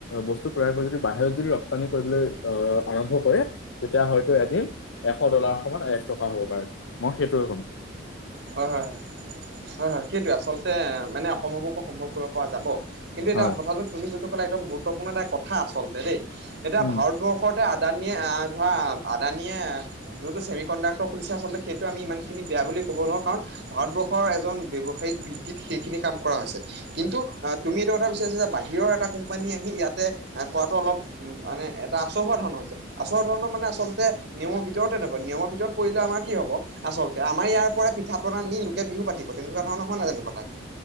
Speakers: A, on the left; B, on the right.
A: বস্তু তৈয়াৰ কৰি যদি বাহিৰত যদি ৰপ্তানি কৰিবলৈ আহ আৰম্ভ কৰে তেতিয়া হয়তো এদিন এশ ডলাৰ সময়ত এক টকা হ'ব পাৰে মই সেইটোয়ে ক'ম
B: হয় হয় হয় হয় হয় সেইটোৱে আচলতে মানে অসম্ভৱকো সম্ভৱ কৰিব পৰা যাব কিন্তু এতিয়া
A: হয়
B: কথাটো তুমি যোনটো ক'লে একদম গুৰুত্বপূৰ্ণ এটা কথা আচলতে দেই এতিয়া
A: উম
B: ভাৰতবৰ্ষৰ ত আদানীয়ে আহ ধৰা আদানীয়ে যোনটো চেমি কণ্ডাক্ট খুলিছে আচলতে সেইটো আম ইমান খিনি বেয়া বুলি ক'ব নোৱাৰো কাৰণ ভাৰতবৰ্ষৰ এজন ব্যৱসায়িক ভিত্তিত সেইখিনি কাম কৰা হৈছে কিন্তু তুমি এইটো কথা বিচাৰিছা যে বাহিৰৰ এটা কোম্পানী আহি ইয়াতে কোৱাটো অলপ উ মানে এটা আচল হোৱা ধৰণৰ হৈছে আচল ধৰণৰ মানে আচলতে নিয়মৰ ভিতৰতে নাপায় নিয়মৰ ভিতৰত পৰিলে আমাৰ কি হ'ব আচলতে আমাৰ ইয়াৰ পিঠ পনা নিে বিহু পাতি তেনেকুৱা ধৰণৰ হয় ন জানো কথা খিনি